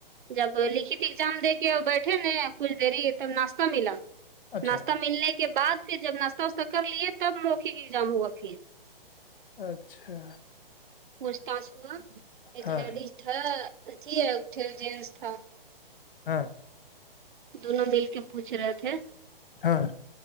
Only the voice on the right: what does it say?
جب لکھت اگزام دے کے بیٹھے ن کچھ دری تب ناشتہ ملا
ناشتہ ملنے کے بعد پھر جب ناشتہ واشہ کر لیے تب موکے ایگزام ہوا پھر
پوچھتااچھ ہوا ایک
لیڈیز تھا ا تھی ہے ا جینس تھا
دونوں مل کے پوچھ رہے تھے